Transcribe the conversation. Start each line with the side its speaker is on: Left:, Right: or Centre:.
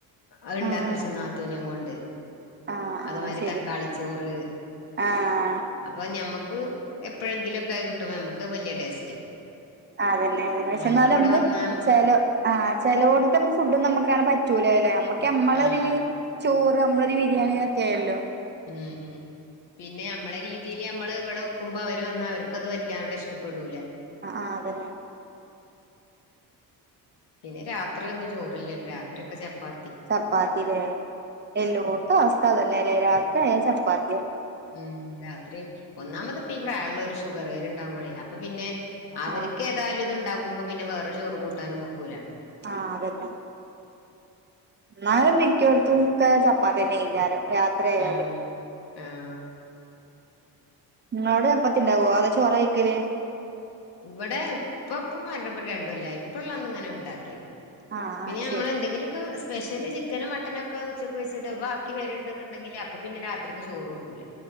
Left: അഹ് ഇണ്ടാക്കിച്ചും
Right: ആഹ്
Left: നാത്തൂനേം കൊണ്ട്
Right: ആഹ് ആഹ്
Left: അത് മാരി
Right: ശരി
Left: തക്കാളിച്ചോറ്
Right: ആഹ്
Left: അപ്പ അഹ് ഞമ്മക്ക് എപ്പഴെങ്കിലൊക്കായി കിട്ടുമ്പോ ഞമ്മക്ക് അഹ് വല്ല്യ ടേസ്റ്റാ
Right: അതന്നെ പിന്നെ
Left: ഞമ്മളിവിടെ
Right: ചെന്നാലെന്ത്
Left: വന്നാ
Right: ചെലോ ആഹ് ചെലോട്ത്തെൻ ഫുഡൊന്നും നമ്മക്കങ്ങനെ പറ്റൂല്ലേല്ലോ ഞമ്മ നമ്മളൊരു
Left: ആഹ്
Right: ചോറ് നമ്മളൊരു ബിരിയാണിക്കെ ആയല്ലോ
Left: ഉംഹ് ഉംഹ്. പിന്നെ നമ്മളെ രീതിൽ നമ്മള് ഇവിടെ വെക്കുമ്പോ അവര് വന്നാ അവർക്ക് അത് വല്ലാണ്ട് ഇഷ്ടപ്പെടൂല
Right: ആഹ് ആഹ് അതന്നെ
Left: പിന്നെ രാത്രി ഒന്നും ചോറില്ലല്ലോ രാ. ത്രി യൊക്കെ ചപ്പാ.
Right: ചപ്പാത്തിലേ എല്ലോട്ത്ത അവസ്ഥ അതന്നെല്ലേ രാത്രി ആയ ചപ്പാത്തിയ
Left: ഉംഹ് രാത്രി ഒന്നാമത് പ്പീ പ്രായള്ളോര് ഷുഗറേര് ഉണ്ടാവുമ്പോഴെ അപ്പൊ പിന്നെ അവർക്ക്
Right: ആ
Left: ഏതായാലും ഇത്ണ്ടാക്കുമ്പോ പിന്നെ വേറൊരു ചോറും കൂട്ടാനും വെക്കൂല
Right: ആഹ് അതന്നെ ന്നാലും മിക്കോട്ത്തും ക്കെ ചപ്പാത്തിന്നെക്കാരം രാത്രി ആയാൽ
Left: ആഹ് ആഹ്
Right: നിങ്ങളോടെ ചപ്പത്തി ണ്ടാവോ അതൊ ചോറ കഴിക്കല്.
Left: ഇവിടെ ഇപ്പ ഉപ്പ മരണപ്പെട്ടിട്ട് രണ്ട് കൊല്ലായ് ഇപ്പള്ളന്ന് ങ്ങനെ ഉണ്ടാക്കിരുന്നു
Right: ആ
Left: പിന്നെ
Right: ആ
Left: നമ്മള്
Right: ശരി
Left: എന്തെങ്കിലുക്ക സ്പെഷ്യല് ചി. ചിക്കനും മട്ടനൊക്കെ ഉച്ചക്ക് വെച്ചിട്ട് ബാക്കി വരുണ്ട്ന്നുണ്ടെങ്കിൽ അപ്പൊ പിന്നെ രാത്രിക്ക് ചോറ് വെക്കൂല